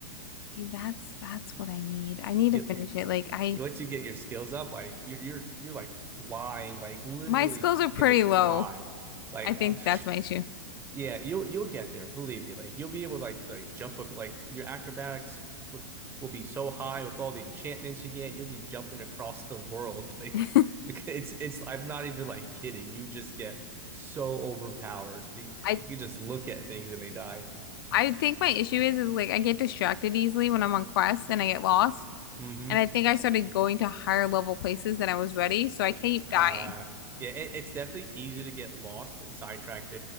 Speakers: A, on the left; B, on the right.
A: That's that's what I need. I need
B: You,
A: to finish it. Like I
B: once you get your skills up, like you're you're you're like flying, like literally
A: my skills are pretty
B: can just
A: low.
B: fly. Like
A: I think
B: uh,
A: that's my
B: <laughs>
A: issue.
B: Yeah, you'll you'll get there, believe me. Like you'll be able to like like jump ac- like your acrobatics with will be so high with all the enchantments you get, you'll be jumping across the world. <laughs> Like
A: <laughs>
B: it's it's I'm not even like kidding. You just get so overpowered. You,
A: I
B: you just look at things and they die.
A: I think my issue is is like I get distracted easily when I'm on quests and I get lost.
B: hmm
A: And I think I started going to higher level places than I was ready, so I keep dying.
B: Uh, yeah, it, it's definitely easy to get lost and sidetracked